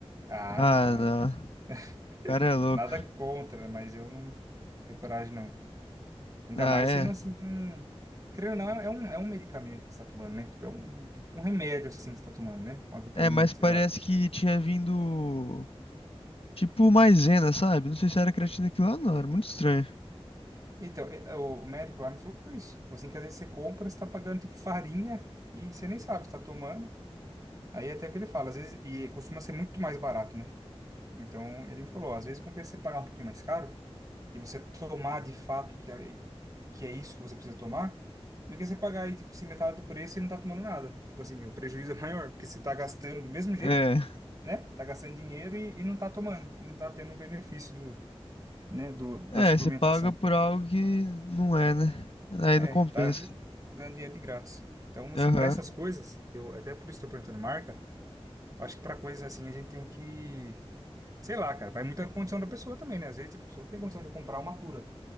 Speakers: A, on the right; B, on the left.
A: Ah,
B: Ah,
A: não dá,
B: não.
A: né, cara?
B: O
A: <laughs>
B: cara é louco.
A: Nada contra, né, mas eu não tenho coragem, não. Ainda
B: Ah,
A: mais
B: é.
A: sendo assim, um... querendo ou não, é um, é um medicamento que você tá tomando, né? Tipo, é um, tipo um remédio, assim, que você tá tomando, né? Uma vitamina,
B: É, mas parece
A: sei lá.
B: que tinha vindo. Tipo maisena, sabe? Não sei se era creatina aquilo lá, não. Era muito estranho.
A: Então, é- é, o o médico lá me falou isso. Falou Assim, que às vezes você compra, você tá pagando, tipo, farinha e você nem sabe se tá tomando. Aí até que ele fala, às vezes, e costuma ser muito mais barato, né? Então, ele me falou, ó, às vezes compensa você pagar um pouquinho mais caro, e você tomar de fato que é, que é isso que você precisa tomar, do que você pagar aí, tipo, assim, metade do preço e não tá tomando nada. Tipo assim, o prejuízo é maior, porque você tá gastando do mesmo jeito,
B: É.
A: né? Tá gastando dinheiro e, e não tá tomando, não tá tendo o benefício do, né, do, da
B: É,
A: suplementação.
B: você paga por algo que não é, né? Aí
A: É,
B: não compensa.
A: tá ju- dando dinheiro de graça. Então, assim,
B: Aham,
A: para essas coisas, eu até por isso estou perguntando marca, acho que para coisas assim a gente tem que, sei lá, cara, vai muito a condição da pessoa também, né? Às vezes, tipo, a pessoa não tem condição de comprar uma pura.